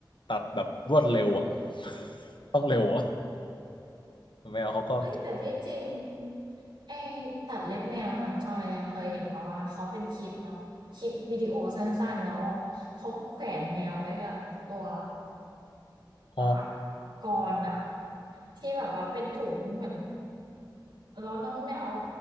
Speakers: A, on the left; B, on the right.
A: ตัดแบบรวดเร็วอ่ะ <laughs> ต้องเร็วอ่ะแมวเขาก็
B: เอ้ยแต่ที่จริงไอ้ตัดเล็บแมวค่ะจอยอะเคยเห็นมาว่าเขาเป็นคลิปเนาะคลิปวิดีโอสั้นๆแล้วเขาแขวนแมวไว้กับตัว
A: อ๋อ
B: อ่ากรอะที่แบบว่าเป็นถุงเหมือนแล้วน้องแมวเอา